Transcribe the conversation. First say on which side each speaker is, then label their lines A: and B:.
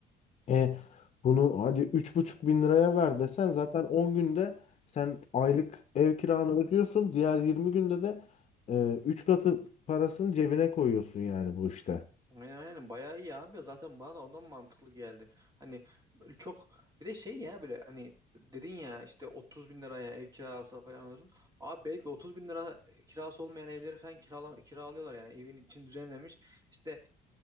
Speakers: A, on the left; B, on the right.
A: E bunu hadi üç buçuk bin liraya ver desen zaten 10 günde sen aylık ev kiranı ödüyorsun. Diğer 20 günde de e, 3 katı parasını cebine koyuyorsun yani bu işte.
B: Aynen aynen bayağı iyi abi. Zaten bana da ondan mantıklı geldi. Hani böyle çok bir de şey ya böyle hani dedin ya işte 30 bin liraya ev kirası falan diyorsun. Abi belki 30 bin lira kirası olmayan evleri falan kirala, kiralıyorlar yani evin için düzenlemiş. İşte